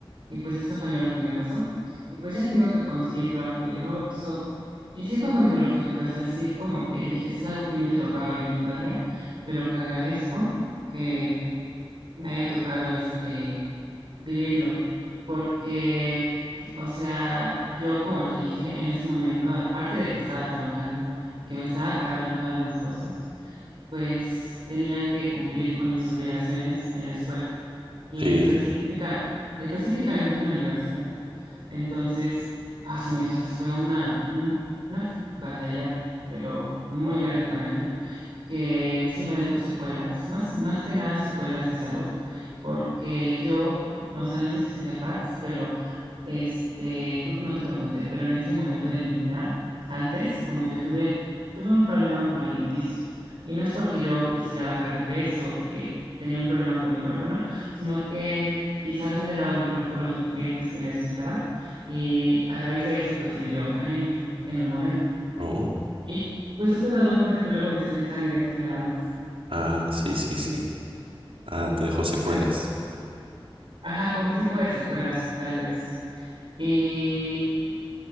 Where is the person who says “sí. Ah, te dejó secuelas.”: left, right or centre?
Right